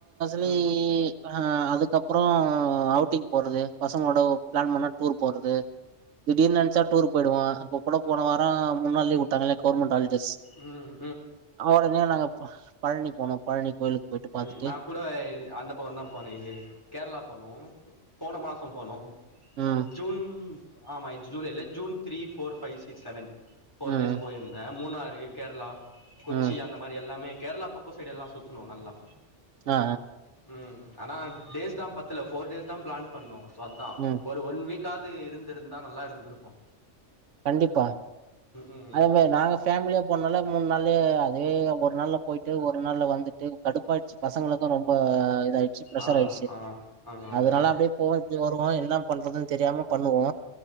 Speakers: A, on the right; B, on the left.
A: ரி
B: ம் ம்
A: ஆ அதுக்கப்புறம் அவுட்டிங் போறது பசங்களோட பிளான் பண்ணா டூர் போறது திடீர்னு நினைச்சா டூர் போயிடுவே அப்ப கூட போன வாரம் மூன் நாள் லீவ் விட்டாங்கல்ல கவர்மெண்ட் ஹாலிடேஸ்
B: உம்
A: உடனே நாங்க பழனி போனோ பழனி கோயிலுக்கு போயிட்டு
B: பழனி
A: பாத்துட்டு
B: நா கூட அந்த பக்கம் தா போனேன் இது கேரளா போனோ போன மாச ம் போனோ
A: ம்
B: ஜூன் ஆமா ஆ July June three four five six seven four
A: ம்
B: டேஸ் போயிருந்த மூணுாறு கேரளா கொச்சி
A: ம்
B: அந்த மாதிரி எல்லாமே கேரளா பக்கம் சைடு எல்லாமே சுத்துனோ நல்லா
A: ஆ
B: உம் ஆனா டேஸ் தா பத்தல போர் டேஸ் தா பிளான் பண்ணோ அதா
A: ம்
B: ஒன் வீக்காவது இருந்திருந்தா நல்லா இருந்திருக்கு
A: கண்டிப்பா
B: ம் ம்
A: அதே மாதிரி நாங்க ஃபேமிலியா போனால மூணு நாளே அதே ஒரு நாளா போயிட்டு ஒரு நாள் வந்து ட்டு கடுப்பாயிடுச்சு பசங்களுக்கு ரொம்ப இதாயிடுச்சு பிரஷர்
B: ஆ
A: ஆயிடுச்சு
B: ஆ ஆ ஆ
A: அதனால அப்படியே போ இப்படி வருவோம் என்ன பண்றதுன்னு தெரியாம பண்ணுவோ